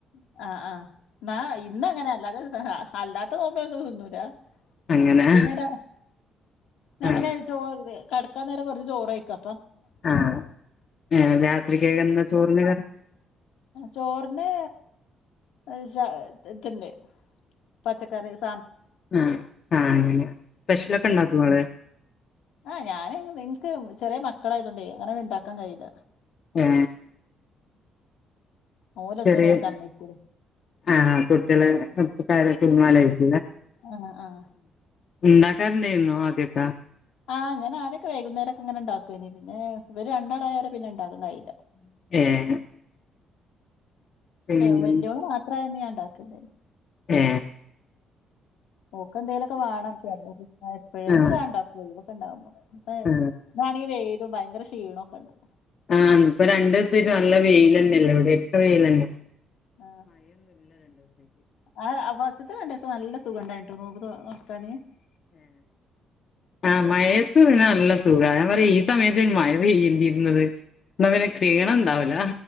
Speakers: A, on the left (about 80°); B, on the left (about 50°).
A: അ ആ ന്നാ ഇന്ന അങ്ങനെ അല്ലാത്ത ദിസ് അല്ലാത്ത ന്നോമ്പിനൊന്നും തിന്നൂല
B: അങ്ങനെ
A: ഇപ്പ പിന്നെ രാ ഞാ
B: ആ
A: പിന്നെ ചോർ ന്ന് കട് ക്കാ നേരം കൊർച് ചോറെയ്ക്കാ
B: ആ ഏ രാത്രികേക്ക് എന്ന ചോർന്
A: ചോർന് <unintelligible> <unintelligible> ഇണ്ട് പച്ചക്കറീസ്
B: ആ ആ അങ്ങനെ സ്പെഷ്യല്ഒക്കെ
A: ഉം.
B: ഇണ്ടാക്കുഓ ങ്ങള്
A: ആ ഞാന് എൻക്ക് ചെറീ മക്കളായതൊണ്ട് അങ്ങനൊന്നും ഇണ്ടാക്കാം കയൂല
B: ഏ
A: ഓലൊന്നിനായി
B: ചെറിയെ
A: സമ്മതിക്കൂല
B: ആ കുട്ടിഎള് മ് <unintelligible>
A: ആ ആഅ
B: ഉണ്ടാക്കാറുണ്ടായിരുന്നോ ആദ്യൊക്കെ
A: ആ ഞാൻ ആദ്യൊക്കെ വൈകുന്നേരൊക്കെ ങ്ങനെ ണ്ടാക് കുഏനി പിന്നെ ഇവര് രണ്ടാള് ആയാരെ പിന്നെ ഇണ്ടാക്കാ കയ്യൂല
B: <unintelligible> പിന്നെ
A: വെല്ല്യോള് മാത്രായന്ന് <unintelligible> ണ്ടാക്കിയന്നേനി
B: ഏ
A: ഓക്ക് എന്തേലൊക്കെ വാണം <unintelligible> എപ്പഴെങ്കിലുക്കെ
B: ആ
A: ഞാ ഉണ്ടാക്കുഒള്ളു ക്ക ണ്ടാഉമ്പം ഹേ
B: ആ
A: ന്നാണെ വെയിലും ഭയങ്കര ഷ് ക്ഷീണൊക്കെ ണ്ട്ന്ന്
B: ആന്ന് ഇപ്പ രണ്ട് സ് ആയ്ട്ട് ന്നല്ല വെയിൽലെന്നെല്ലേ ഇവിടൊക്കെ വെയിലെന്നെ
A: ആ അ ആ ഫസ്റ്റത്തെ രണ്ടുസം ന്നല്ല സുഖണ്ടായ്ന് നോമ്പ് തൊ <unintelligible>
B: ആ മഴയത്ത് വിടെ നല്ല സ് ചൂടായ പറീ ഈസമയത്തേനി മഴ പെയ്യണ്ടീന്ന് <unintelligible> എന്ന പിന്നെ ക്ഷീണം ഉണ്ടാവുല